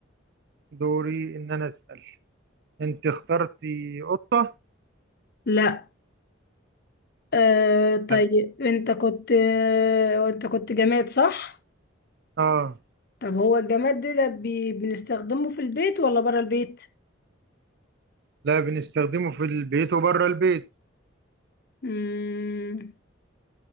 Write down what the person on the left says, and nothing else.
لا آه، طيب
انت كنت آه، انت كنت جماد صح
طب هو الجماد ده, ده بي- بنستخدمه في البيت ولا برا البيت
مم.